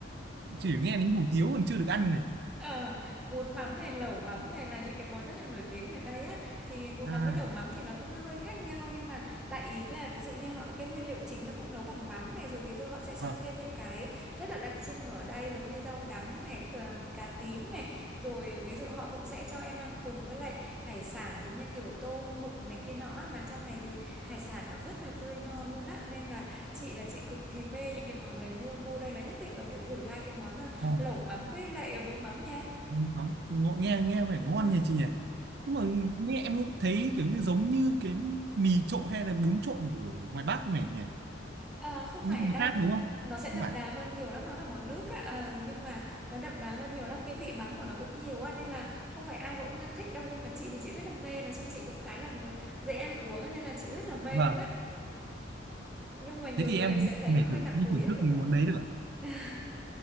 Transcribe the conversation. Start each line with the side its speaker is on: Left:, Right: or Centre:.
Right: chỉ nghe đến hủ tiếu còn chưa được ăn này
Centre: Ờ, bún mắm này, lẩu mắm này là những cái món rất là nổi tiếng ở đây á. Thì bún
Right: à
Centre: mắm với lẩu mắm thì nó cũng hơi khác nhau nhưng mà đại ý là ví dụ như họ cái nguyên liệu chính nó cũng nấu bằng mắm này rồi ví dụ họ sẽ cho
Right: vâng
Centre: thêm những cái rất là đặc trưng ở đây giống như rau đắng này, cà, cà tím này, rồi ví dụ họ cũng sẽ cho em ăn cùng với lại hải sản giống như kiểu tôm mực này kia nọ á. mà trong này thì hải sản nó rất là tươi ngon luôn á nên là chị là chị cực kỳ mê những cái món đấy luôn. Vô đây là nhất định là phải thử hai cái món ờ,
Right: Ồ,
Centre: lẩu mắm với lại bún mắm nha
Right: ngắm- ngọ- nghe nghe vẻ ngon
Centre: <laughs>
Right: nhỉ chị nhỉ nhưng mà nghe em thấy kiểu như giống như cái mì trộn hay là bún trộn ở ngoài Bắc này nhỉ
Centre: à, không
Right: nhưng
Centre: phải
Right: mà
Centre: đâu
Right: khác đúng không
Centre: nó sẽ
Right: không
Centre: đậm
Right: phải
Centre: đà hơn nhiều lắm nó là món nước á ờ, nhưng mà nó đậm đà hơn nhiều lắm cái vị mắm của nó cũng nhiều á nên là không phải ai cũng ờ, thích đâu nhưng mà chị thì chị rất là mê nói chung chị cũng khá là người dễ ăn uống á, nên là chị rất là mê
Right: vâng
Centre: luôn á nhưng mà nhiều
Right: thế thì
Centre: người
Right: em
Centre: sẽ thấy
Right: phải
Centre: nó hơi
Right: thử
Centre: nặng
Right: đi
Centre: mùi
Right: thưởng
Centre: á
Right: thức
Centre: kiểu vậy
Right: món đấy được
Centre: <laughs>